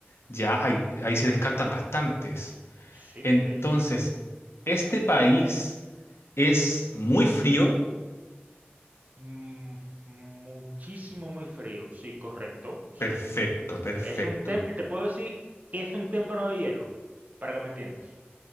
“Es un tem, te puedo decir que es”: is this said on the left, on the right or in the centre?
Right